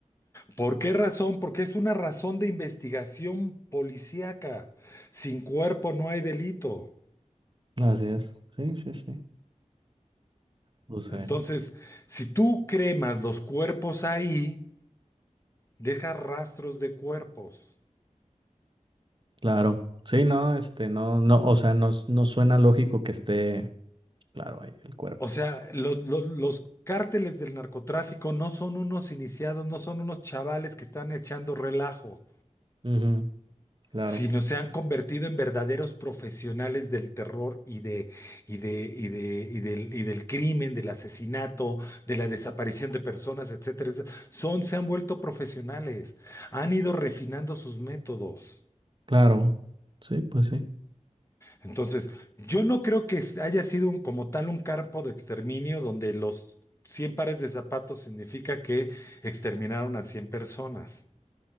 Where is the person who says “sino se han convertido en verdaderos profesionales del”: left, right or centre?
Left